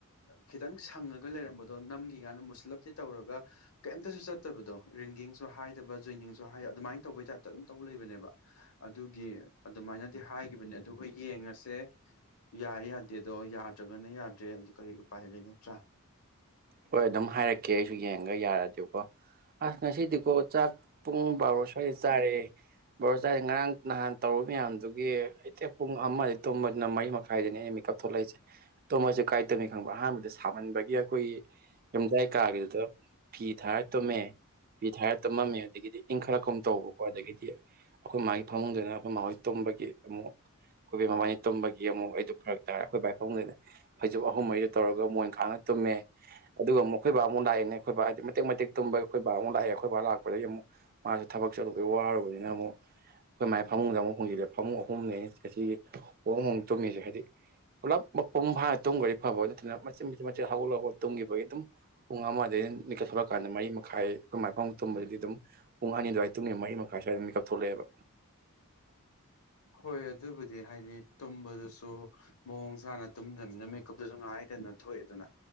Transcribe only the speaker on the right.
ꯍꯣꯏ ꯑꯗꯨꯝ ꯍꯥꯏꯔꯛꯀꯦ ꯑꯩꯁꯨ ꯌꯦꯡꯉꯒ ꯌꯥꯔꯑꯗꯤꯦꯕꯀꯣ ꯑꯁ ꯉꯁꯤꯗꯤꯀꯣ ꯆꯥꯛ ꯄꯨꯡ ꯕꯥꯔꯣ ꯁ꯭ꯋꯥꯏꯗ ꯆꯥꯔꯦ ꯕꯥꯔꯣ ꯆꯥꯔꯦ ꯉꯔꯥꯡ ꯅꯍꯥꯟ ꯇꯧꯔꯨ ꯃꯌꯥꯝꯗꯨꯒꯤ ꯑꯩ ꯄꯨꯡ ꯑꯃ ꯇꯨꯝꯕꯅ ꯃꯔꯤ ꯃꯈꯥꯏꯗꯅꯦ ꯑꯃꯤ ꯀꯛꯊꯣꯛꯂꯛꯏꯁꯦ ꯇꯨꯝꯃꯁꯨ ꯀꯥꯏ ꯇꯨꯝꯃꯤ ꯈꯪꯕ꯭ꯔꯥ ꯑꯍꯥꯟꯕꯗ ꯁꯥꯃꯟꯕꯒꯤ ꯑꯩꯈꯣꯏꯒꯤ ꯌꯨꯝꯗꯥꯏ ꯀꯥꯒꯤꯗꯨꯗ ꯐꯤ ꯊꯥꯏꯔ ꯇꯨꯝꯃꯦ ꯐꯤ ꯊꯥꯔ ꯇꯨꯝꯃꯝꯃꯦ ꯑꯗꯒꯤꯗꯤ ꯏꯪꯈꯠꯂꯛꯀ ꯇꯧꯕꯀꯣ ꯑꯗꯒꯤꯗꯤ ꯑꯩꯈꯣꯏ ꯃꯥꯒꯤ ꯐꯃꯨꯡꯗꯨꯅ ꯑꯩꯈꯣꯏ ꯃꯥꯍꯣꯏ ꯇꯨꯝꯕꯒꯤ ꯑꯃꯨꯛ ꯑꯩꯈꯣꯏꯕ ꯃꯕꯥꯥꯏꯅ ꯇꯨꯝꯕꯒꯤ ꯑꯃꯨꯛ ꯑꯩꯗꯨ ꯈꯔ ꯇꯥꯔꯦ ꯑꯩꯈꯣꯏ ꯕꯥꯒꯤ ꯐꯃꯨꯡꯗꯨꯅ ꯐꯩꯖꯨꯞ ꯑꯍꯨꯝ ꯃꯔꯤꯗꯨ ꯇꯧꯔꯒ ꯃꯣꯏ ꯈꯥꯡꯅ ꯇꯨꯝꯃꯦ ꯑꯗꯨꯒ ꯑꯃꯨꯛ ꯑꯩꯈꯣꯏ ꯕꯥ ꯑꯃꯨꯛ ꯂꯥꯛꯏꯦꯅꯦ ꯑꯩꯈꯣꯏ ꯕꯥ ꯍꯥꯏꯗꯤ ꯃꯇꯦꯛ ꯃꯇꯦꯛ ꯇꯨꯝꯕꯒꯤ ꯑꯩꯈꯣꯏ ꯕꯥ ꯑꯃꯨꯛ ꯂꯥꯛꯑꯦ ꯑꯩꯈꯣꯏ ꯕꯥ ꯂꯥꯛꯄꯗꯒꯤ ꯑꯃꯨꯛ ꯃꯥꯁꯨ ꯊꯕꯛ ꯆꯠꯗꯧꯕꯒꯤ ꯋꯥꯔꯨꯕꯅꯤꯅ ꯑꯃꯨꯛ ꯑꯩꯈꯣꯏ ꯃꯒꯤ ꯐꯃꯨꯡꯗ ꯑꯃꯨꯛ ꯍꯣꯡꯖꯤꯜꯂꯦ ꯐꯃꯨꯡ ꯑꯍꯨꯝꯅꯦ ꯉꯁꯤꯒꯤ ꯍꯣꯡ ꯍꯣꯡ ꯇꯨꯝꯃꯤꯁꯦ ꯍꯥꯏꯗꯤ ꯄꯨꯂꯞ ꯃꯄꯨꯡ ꯐꯥꯅ ꯇꯨꯝꯈꯗꯤ ꯐꯕ ꯅꯠꯇ꯭ꯔꯅ ꯃꯆꯤꯟ ꯃꯆꯤꯟ ꯃꯆꯦꯠ ꯍꯧꯒꯠꯂꯒꯄ ꯇꯨꯝꯈꯤꯕꯒꯤ ꯑꯗꯨꯝ ꯄꯨꯡ ꯑꯃꯋꯥꯗꯩ ꯃꯤꯀꯠ ꯊꯣꯛꯂꯛꯀꯥꯟꯗ ꯃꯔꯤ ꯃꯈꯥꯏ ꯑꯩꯈꯣꯏ ꯃꯥꯏꯐꯝ ꯇꯨꯝꯕꯗꯗꯤ ꯑꯗꯨꯝ ꯄꯨꯡ ꯑꯅꯤ ꯑꯗꯨꯋꯥꯏ ꯇꯨꯝꯉꯦ ꯃꯔꯤ ꯃꯈꯥꯏ ꯁ꯭ꯋꯥꯏꯗ ꯃꯤꯀꯞ ꯊꯣꯛꯂꯛꯑꯦꯕ